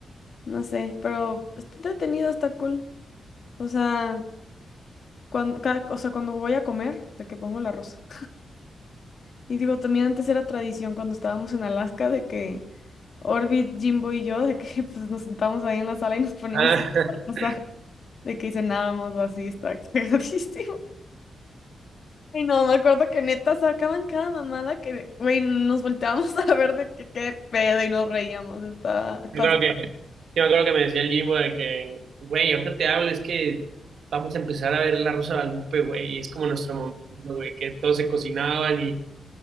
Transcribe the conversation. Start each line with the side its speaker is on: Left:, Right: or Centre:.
Left: No sé, pero está entretenido, está cool. O sea, cuando, o sea, cuando voy a comer, de que pongo la rosa. Y digo, también antes era tradición cuando estábamos en Alaska de que Orbit, Jimbo y yo, de que <laughs> pues nos sentábamos ahí en la sala y nos poníamos
Right: Ah,
Left: a
Right: <laughs>
Left: contar cosas, de que cenábamos o así, está <laughs> cagadísimo. Y no, me acuerdo que neta sacaban cada mamada que, güey, nos volteábamos <laughs> a ver de que qué pedo y nos reíamos, está, está...
Right: yo creo que, yo me acuerdo que me decía el Jimbo de que, güey, ahorita te hablo, es que vamos a empezar a ver La Rosa de Guadalupe, güey, y es como nuestro momento, güey, que todos se cocinaban y,